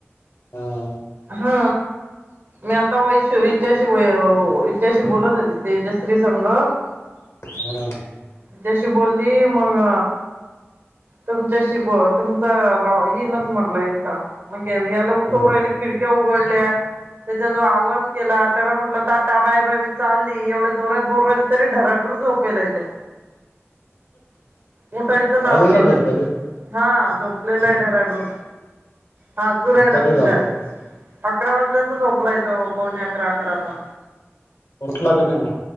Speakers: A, on the left; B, on the right.
A: हा.
B: हा मी आता वैश हच्याशी व हच्याशी बोलत होती. तेजश्री संघ
A: हा
B: तिच्याशी बोलली मग. तुमच्याशीि ब तुमचा लाव येईनच म्हटलं यांचा म्हणजे याला उठव
A: ह
B: राहिले खिडक्या उघडल्या त्याचा जो आवाज केला. त्याला म्हटलं ताटा बाय बाय मी चालली एवढ्या जोरातत बोर राहिल तरी डराडूर झोपेला य तो म प त नाव
A: अजूनच
B: नाहीेतच.
A: होत ते
B: हा झोपलेला आहे राडूून हाजू रायला
A: कधी
B: खुशल.
A: जा आपला
B: अकरा वाजल्याच झोपला येतं पवणे अकरा अकराचा.
A: होट लाग न म.